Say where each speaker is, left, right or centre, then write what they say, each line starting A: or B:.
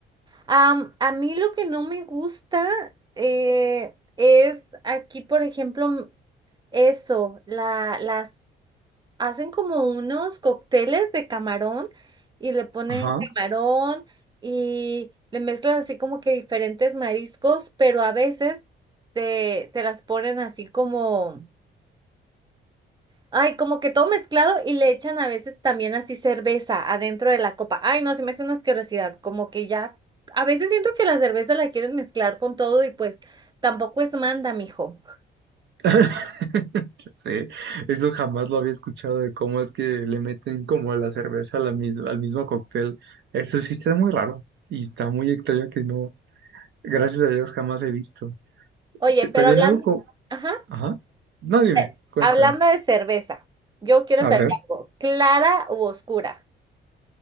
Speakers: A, on the right (about 20°); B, on the right (about 65°).
A: Am, a mí lo que no me gusta eh, es aquí, por ejemplo, m- eso, la, las hacen como unos cócteles de camarón y le ponen
B: Ajá.
A: camarón y le mezclan así como que diferentes mariscos, pero a veces te, te las ponen así como, ay, como que todo mezclado y le echan a veces también así cerveza adentro de la copa. Ay, no, se me hace una asquerosidad, como que ya, a veces siento que la cerveza la quieren mezclar con todo y pues tampoco es manda, mijo.
B: <laughs> Sí, eso jamás lo había escuchado de cómo es que le meten como la cerveza a la mis- al mismo cóctel. Eso sí está muy raro y está muy extraño que no, gracias a Dios jamás he visto.
A: Oye,
B: Sí,
A: pero
B: También
A: hablando,
B: algo como,
A: ajá.
B: ajá, no dime,
A: Eh,
B: cuéntame.
A: Hablando de cerveza, yo quiero
B: A
A: saber
B: ver,
A: algo, ¿clara u oscura?